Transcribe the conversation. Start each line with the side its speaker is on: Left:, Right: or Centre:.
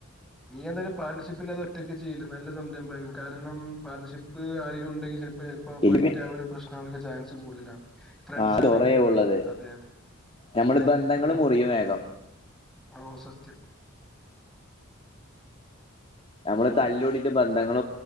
Centre: നീ എന്തായാലും പാർട്ണർഷിപ്പ് ഇല്ലാതെ ഒറ്റയ്ക്ക് ചെയ്യല്ലെ നല്ല സംരംഭം ആയിരിക്കും കാരണം പാട്ണർഷിപ്പ് ആരേലുണ്ടെങ്കിൽ ചി ചിലപ്പോ
Left: ഫിലിമിൻ
Centre: ഫൈറ്റ് ആവാനും പ്രശ്നം <unintelligible> ചാൻസ് കൂടുതലാ റംസാൻ
Left: ആ കൊറേ
Centre: ആങ്കിൽ പോലും
Left: ഉള്ളത്
Centre: അതെ അതെ
Left: നമ്മള്
Centre: എന്താ അന്റെ
Left: ബന്ധങ്ങള്
Centre: അഭിപ്രായം
Left: മുറിയും വേഗം
Centre: ഓ സ ത്യം
Left: നമ്മള് തല്ലൂടിയിട്ട് ബന്ധങ്ങൾ